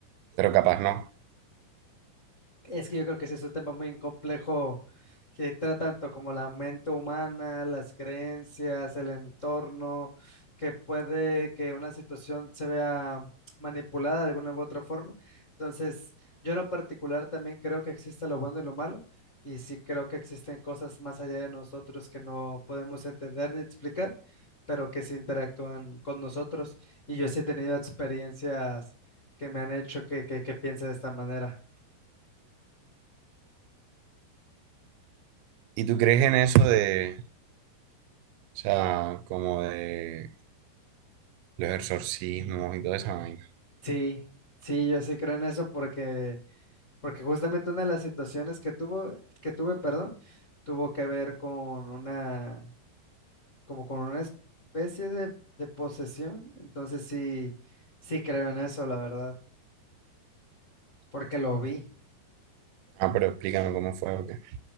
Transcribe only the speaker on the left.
Es que yo creo que ese es un tema muy complejo que trata tanto como la mente humana, las creencias, el entorno, que puede que una situación se vea manipulada de alguna u otra forma. Entonces, yo en lo particular también creo que existe lo bueno y lo malo, y sí creo que existen cosas más allá de nosotros que no podemos entender ni explicar, pero que se interactúan con nosotros. Y yo sí he tenido experiencias que me han hecho que, que, que piense de esta manera.
Sí, sí, yo sí creo en eso porque, porque justamente una de las situaciones que tuvo, que tuve, perdón, tuvo que ver con una, como con una especie de, de posesión. Entonces sí, sí creo en eso, la verdad, porque lo vi.